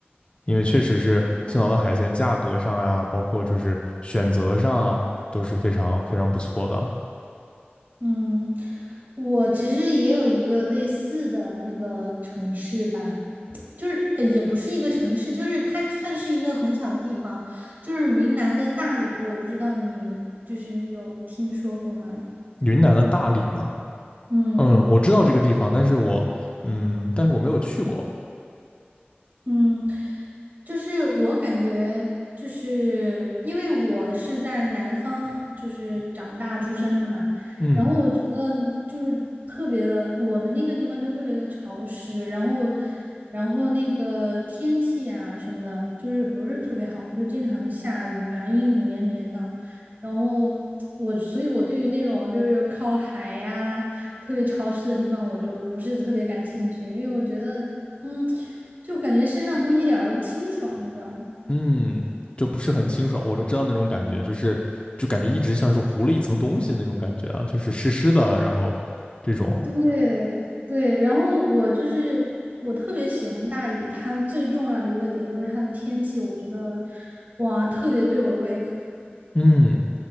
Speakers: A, on the left (about 30°); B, on the right (about 50°).
A: 因为确实是青岛的海鲜价格上呀，
B: 哦
A: 包括就是选择上啊都是非常非常不错的。
B: 嗯，我其实也有一个类似的那个城市吧，就是呃也不是一个城市，就是它算是一个很小的地方，就是云南的大理，我不知道你就是有听说过吗？
A: 云南的大理嘛，
B: 嗯。
A: 嗯，我知道这个地方，但是我，嗯，但是我没有去过，
B: 嗯，就是我感觉，就是因为我是在南方，就是长大出生的嘛，
A: 嗯
B: 然后我觉得就是特别的，我们那个地方就特别的潮湿，然后，然后那个天气啊什么的，就是不是特别好，就经常下雨啊，阴雨连绵的。然后我，所以我对于那种就是靠海呀、特别潮湿的地方，我就不是特别感兴趣，因为我觉得嗯，就感觉身上都一点儿都不清爽，你知道吗？
A: 嗯，就不是很清爽。我就知道那种感觉，就是就感觉一直像是糊了一层东西那种感觉啊，就是湿湿的，然后这种，
B: 对对，然后我就是我特别喜欢大理，它最重要的一个点就是它的天气，我觉得哇，特别对我的胃口。
A: 嗯。